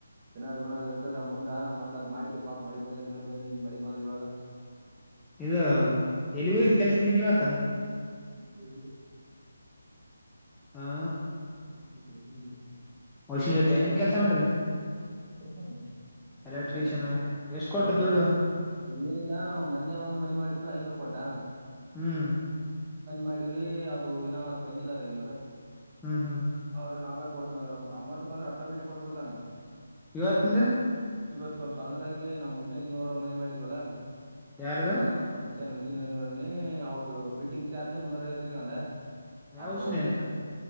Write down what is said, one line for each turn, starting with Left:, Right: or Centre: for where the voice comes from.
Right: ತಿನ್ನದ್ ಗುಣದ್ ಇರ್ತದ ಮುಂದೆ ಮೊ್ಲ ಅದ್ ಮಾಡಿಕಕ ಪಾ ಮಳಿ ಬಂದ ಮಳಿ ಬಂದ ಮಳಿ ಬಂದ್ ಇವಾಗ
Centre: ಇದ ಎಲ್ಲಿ ಹೋಯ್ದು ಕೆಲ್ಸ ನೀನ್ ಇವತ್ತ
Right: ಡೈಲಿ
Centre: ಹಾ
Right: <unintelligible>
Centre: ವಷಿನ ಜೊತೆ ಏನ್ ಕೆಲ್ಸ ಮಾಡಿದೆಿ
Right: ನ ಪ್ರಸಂದು
Centre: ಎಲೆಕ್ಟ್ರಿಷಿಯನ್
Right: ಹೆಲ್ಪರ್
Centre: ಎಷ್ಟ್ ಕೊಟ್ರ
Right: ಹೆಲ್ಪರ್
Centre: ದುಡ್ಡು
Right: ಏನಿಲ್ಲಾ ಮೊನ್ನೆ ಒಂದ್ ಮನೆ ಮಾಡಿದ್ವಿ ಐನೂರು ಕೋಟ
Centre: ಹ್ಮ್
Right: ಮಾಡವಿ ಅದು ಇನ ಅ ಬಂದಿಲ್ಲ ಅದ ಐ ನೂರ
Centre: ಹ್ಮ್ ಹ್ಮ್
Right: ಅವ್ರ ಯೆನ್ ಆಮ್ಯಾಲ ಕೊಡ್ತ ಅಮೌಟ್ ಬಂದೆ ಆಟೋಮೇಟಿಕ್ ಕೊಟಬೀಡತಾನ್
Centre: ಇವತಿಂದು
Right: ಇವತ್ ಸ್ವಲ್ಪ ಸಣ್ಣದಾಗಿ ನಮ್ಮ್ ಹುಷೇನಿನವರು ಒ ಮನೆ ಮಾಡಿದ್ವಲ್ಲಾ
Centre: ಯಾರದ
Right: ಹ ಿನಿ ಹೌದು ಫಿಟಿಂಗ್ ಚಾರ್ಜ್ ಮುನ್ನೂರೈಐ ತಸ್ಕಂದ
Centre: ಯಾವ
Right: ಆ
Centre: ಉಷಿನಿ
Right: ಬೋಡ್ ಗಿಡ